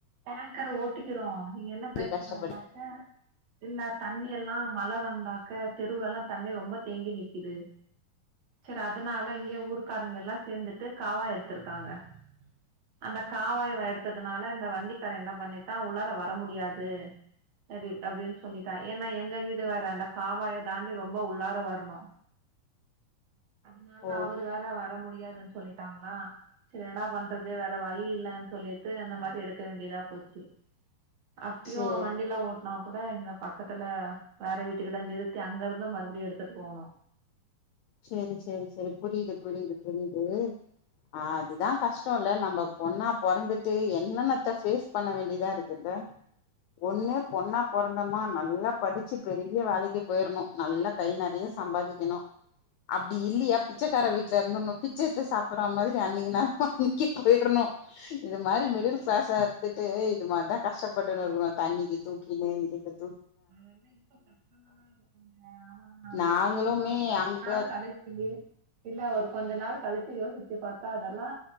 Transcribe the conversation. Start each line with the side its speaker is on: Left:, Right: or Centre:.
Right: டேங்கர் ஓட்டிகிறோ இங்க என்னப்
Left: இப்டி
Right: பிரச்சனனாக்க
Left: கஷ்டப்படு
Right: இல்லத் தண்ணி எல்லா மழ வந்தாக்க தெருவுலலாந் தண்ணி ரொம்பத் தேங்கி நிக்கிது சேரி அதனால இங்க ஊருக்காரங்க எல்லா சேந்துட்டு காவா எடுத்துருக்காங்க அந்த காவாய்வ எடுத்ததுனால இந்த வண்டிக்கார என்ன பண்ணிட்டா உள்ளார வர முடியாது எடிப் அப்டின் சொல்லிட்டா ஏன்னா எங்க வீடு வறாண்டக் காவாய தாண்டி ரொம்ப உள்ளார வர்ணு அதுனால
Left: ஓ
Right: அவரு வேற வர முடியாதுன் சொல்லிட்டாங்களா செரி எனடாப் பண்றது வே ற வழி இல்லன் சொல்லிட்டு அந்த மாரி எடுக்க வேண்டியதாப் போச்சி அப்டியு
Left: சேரி
Right: வண்டிலா ஓட் னாக் கூட இங்க பக்கத்துல வேற வீட்டுகுதா நிறுத்தி அங்கருந்து மறுபடியு எடுத்துட்டு போவுணு
Left: சேரி சேரி சேரி புரியிது புரியிது புரியிது அதுதாங் கஷ் டோல்ல நம்பப் பொண்ணா பொறந்துட்டு என்னென்னத்த ஃபேஸ் பண்ண வேண்டிதா இருக்குல்ல ஒன்னு பொண்ணா பொறந் தமா நல்லாப் படிச்சிப் பெரிய வேலைக்கு போயிர்ணு நல்லாக் கை நெறைய சம்பாதிக்கிணு அப்டி இல்லியாப் பிச்சக்கார வீட்ல இருந்துர்ணு பிச்ச எத்து சாப்பறா மாதிரி அன்னிக்கி நா <unintelligible> போயிர்ணு இது மாரி மிடில் கிளாஸா இருத்துட்டு இது மார்தா கஷ்டப்பட்டுனு இருக்குணு தண்ணிக்கி தூக்கினு இதுக்குத்
Right: அதெல்லா இப்ப கஷ்டமாதா இருக்குங்க ஆனா
Left: நாங்களுமே
Right: இன்னொருக் கொஞ்ச
Left: அங்க
Right: நாள் <unintelligible> இல்ல ஒரு கொஞ்ச நாள் கழிச்சி யோசிச்சிப் பாத்தா அதெல்லா